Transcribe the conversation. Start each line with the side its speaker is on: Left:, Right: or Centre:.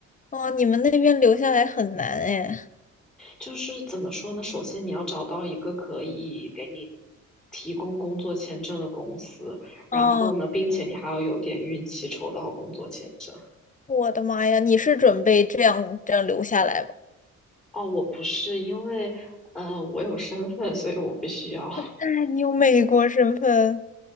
Left: 哦，你们那边留下来很难哎。
Centre: 就是怎么说呢？首先你要找到一个可以给你提供工作签证的公司，然后呢，
Left: 哦，
Centre: 并且你还要有点运气抽到工作签证。
Left: 我的妈呀，你是准备这样这样留下来吗？
Centre: 哦，我不是，因为呃，我有身份，所以我不需要。
Left: 哎，你有美国身份。